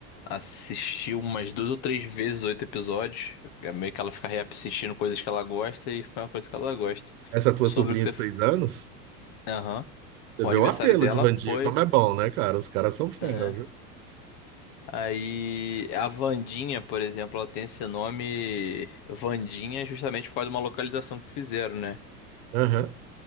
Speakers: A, on the left; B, on the right.
A: assistiu umas duas ou três vezes oito episódios. É meio que ela fica reassistindo coisas que ela gosta e foi uma coisa que ela gosta.
B: Essa tua
A: Sobre
B: sobrinha
A: o que você.
B: de
A: f-
B: seis anos?
A: Aham.
B: Você
A: O
B: vê
A: aniversário
B: o apelo
A: dela
B: de Van
A: foi,
B: como é bom, né, cara? Os caras são fera,
A: né?
B: viu?
A: Aí a Vandinha, por exemplo, ela tem esse nome Vandinha justamente por causa de uma localização que fizeram, né?
B: Aham.